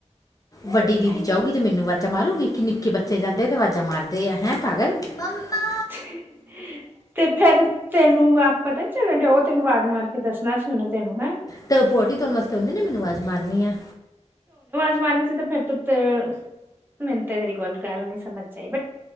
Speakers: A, on the left (about 30°); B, on the right (about 15°).
A: ਵੱਡੀ ਦੀਦੀ ਜਾਊਗੀ ਤੇ ਮੈਨੂੰ ਆਵਾਜ਼ਾਂ ਮਾਰੂਗੀ ਕਿ ਨਿੱਕੇ ਬੱਚੇ ਜਾਂਦੇ ਤੇ ਆਵਾਜ਼ਾਂ ਮਾਰਦੇ ਆ ਹੈਂ ਪਾਗਲ
B: <unintelligible>
A: ਮੰਮਾ
B: ਤੇ ਫੇਰ ਤੈਨੂੰ ਆਪ ਪਤਾ ਨੀ ਚੱਲਣ ਡਿਆ ਉਹ ਤੈਨੂੰ ਆਵਾਜ਼ ਮਾਰ ਕੇ ਦੱਸਣਾ ਸੀ ਉਹਨੇ ਤੈਨੂੰ ਹੈਂ।
A: ਤੇ ਉਹ ਪੋਟੀ ਧੋਣ ਵਾਸਤੇ ਉਹਨਾਂ ਨੀ ਮੈਨੂੰ ਆਵਾਜ਼ ਮਾਰਨੀ ਆ।
B: ਜ਼ਮਾਨੇ ਫਿਰ ਤੁਰ ਮੈਨੂੰ ਤੇ ਮੇਰੀ ਗੋਲ ਗੱਲ ਨਹੀਂ ਸਮਜ ਚ ਆਈ ਬਟ